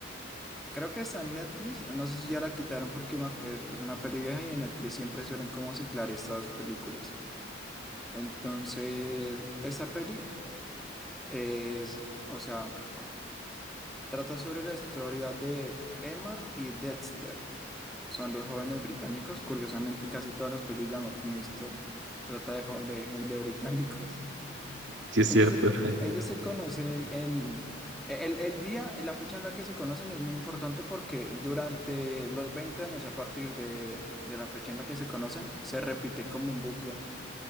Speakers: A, in the centre; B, on the right (about 75°).
A: Creo que está en Netflix. No sé si ya la quitaron porque me ac- es, es una peli vieja y en Netflix siempre suelen como ciclar estas películas. Entonces, esa peli es, o sea... Trata sobre la historia de Emma y Dexter. Son dos jóvenes británicos. Curiosamente, casi todas las pelis de amor que me he visto trata de, jo- de, gen- de británicos.
B: sí es
A: Ellos,
B: cierto.
A: se-
B: <laughs>
A: ellos se conocen en... e-, El, el día, la fecha en la que se conocen es muy importante porque durante los 20 años a partir de, de la fecha en la que se conocen, se repite como un bucle